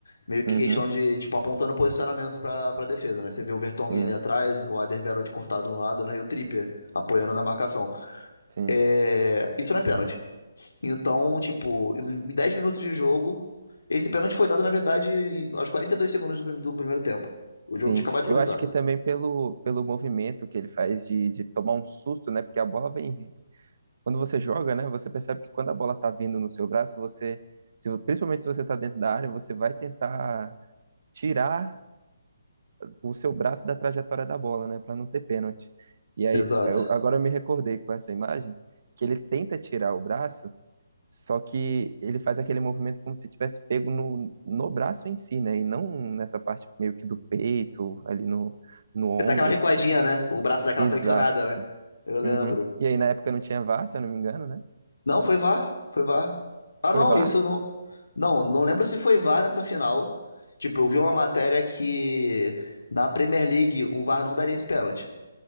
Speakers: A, on the left; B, on the right.
A: Meio que
B: uhum,
A: questão de, tipo, apontando posicionamento pra, pra defesa, né? Você vê o Vertonghen
B: sim,
A: ali atrás, o Alderweireld cortado no lado, né? E o Trippier apoiando na marcação.
B: sim.
A: É, Isso não é pênalti. Então, tipo, em 10 minutos de jogo, esse pênalti foi dado, na verdade, em- aos 42 segundos do, prim- do primeiro tempo. O
B: Sim,
A: jogo tinha acabado de
B: eu
A: começar.
B: acho que também pelo, pelo movimento que ele faz de, de tomar um susto, né? Porque a bola vem. Quando você joga, né? Você percebe que quando a bola tá vindo no seu braço, você. Se, principalmente se você tá dentro da área, você vai tentar tirar o seu braço da trajetória da bola, né? Pra não ter pênalti. E aí,
A: Exato.
B: eu- agora eu me recordei com essa imagem que ele tenta tirar o braço, só que ele faz aquele movimento como se tivesse pego no, no braço em si, né? E não nessa parte meio que do peito, ali no, no ombro.
A: É daquela recuadinha, né? O braço daquela
B: Exato.
A: flexionada, né? Eu lembro.
B: Uhum. E aí na época não tinha VAR, se eu não me engano, né?
A: Não, foi VAR. Foi VAR. Ah,
B: Foi
A: não,
B: VAR?
A: isso não. Não, não lembro se foi VAR nessa final. Tipo, eu vi uma matéria que na Premier League o VAR não daria esse pênalti.